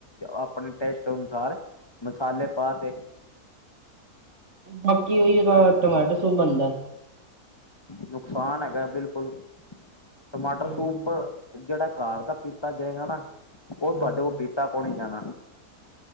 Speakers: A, on the left; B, on the right.
A: ਆਪਣੇ ਟੇਸਟ ਅਨੁਸਾਰ ਮਸਾਲੇ ਪਾ ਤੇ
B: ਬਾਕੀ ਉਹੀ ਤਾਂ ਟਮਾਟਰੋ ਸੂਪ ਬਣਦਾ।
A: ਨੁਕਸਾਨ ਹੈਗਾ ਬਿਲਕੁਲ ਟਮਾਟਰ
B: ਹੂੰ,
A: ਸੂਪ ਜਿਹੜਾ ਘ ਦਾ ਪੀਤਾ ਜਾਏਗਾ ਨਾ ਉਹ ਤੁਹਾਡੇ
B: ਹਾਂਜੀ।
A: ਕੋਲ ਪੀਤਾ ਕੌਣ ਜਾਣਾ।